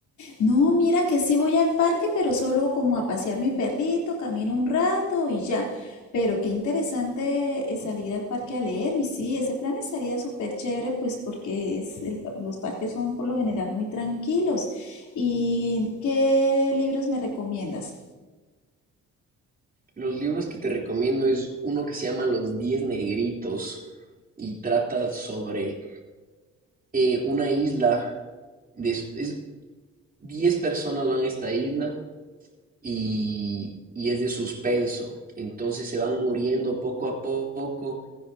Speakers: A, on the left; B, on the right.
A: No, mira que sí voy al parque, pero solo como a pasear mi perrito, camino un rato y ya. Pero qué interesante eh, salir al parque a leer. Y sí, ese plan estaría súper chévere, pues porque es el pa- los parques son por lo general muy tranquilos. ¿Y qué libros me recomiendas?
B: Los libros que te recomiendo es uno que se llama Los Diez Negritos y trata sobre eh, una isla. De, es- diez personas van a esta isla y, y es de suspenso. Entonces se van muriendo poco a poco